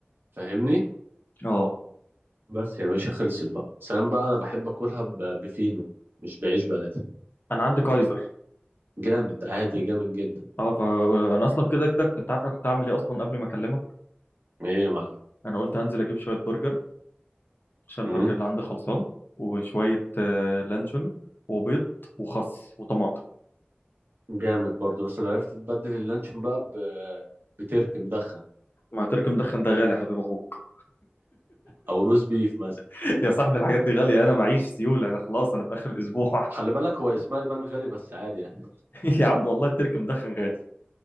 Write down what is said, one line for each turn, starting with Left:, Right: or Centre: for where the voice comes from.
Right: فاهمني
Left: اه
Right: بس يا باشا خلصت بقى سلام بقى انا بحب اكلها ب- بفينو مش بعيش بلدي
Left: انا عندي كايزر
Right: جامد عادي جامد جدا
Left: اه فانا اصلا كده كده انت عارف انا كنت هعمل ايه اصلا قبل ما اكلمك
Right: ايه يا معلم
Left: انا قلت هنزل اجيب شويه برجر عشان البرجر
Right: مم؟
Left: اللي عندي خلصان وشويه آه، لانشون وبيض وخس وطماطم
Right: جامد برضو بس لو عرفت تبدل اللانشون بقى ب- بترك مدخن
Left: ما ترك مدخن ده غالي يا حبيب اخوك
Right: او روز بيف مثلا
Left: <laughs> يا صاحبي الحاجات دي غاليه انا معيش سيوله انا خلاص انا في اخر الاسبوع
Right: خلي بالك هو اسمها يبان غالي بس عادي يعني
Left: <laughs> يا عم والله الترك مدخن غالي